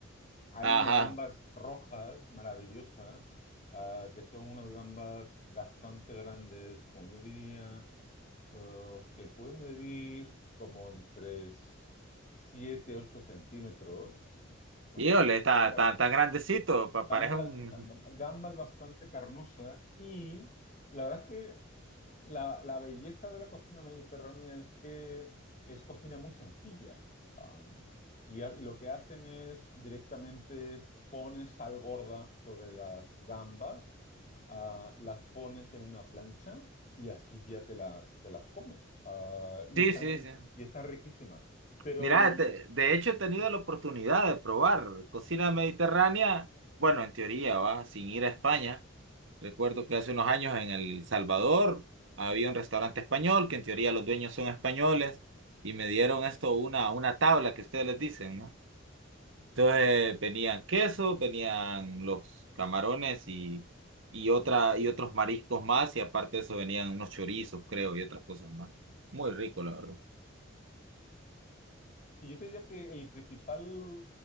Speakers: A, on the left; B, on the right.
A: hay
B: Ajá.
A: unas gambas rojas maravillosas, ah, que son unas gambas bastante grandes, como yo diría, eh, que pueden medir como entre 7 8 centímetros. Ah,
B: Híjole, está
A: vangas-
B: tan, tan grandecito, pa-
A: vangas-
B: parece un...
A: gambas bastante carnosas y la verdad es que la, la belleza de la cocina mediterránea es que es cocina muy sencilla. Am, y a- lo que hacen es directamente pones sal gorda sobre las gambas, ah, las pones en una plancha y así ya te las, te las comes. Ah, y
B: Sí,
A: están,
B: sí,
A: ri-
B: sí.
A: y están riquísimas. Pero
B: Mira, te- de hecho he tenido la oportunidad de probar cocina mediterránea, bueno, en teoría, va, sin ir a España. Recuerdo que hace unos años en El Salvador había un restaurante español, que en teoría los dueños son españoles, y me dieron esto, una, una tabla que ustedes les dicen, ¿no? Entonces venían queso, venían los camarones y, y, otra, y otros mariscos más, y aparte de eso venían unos chorizos, creo, y otras cosas más. Muy rico, la verdad.
A: Sí, yo te diría que el principal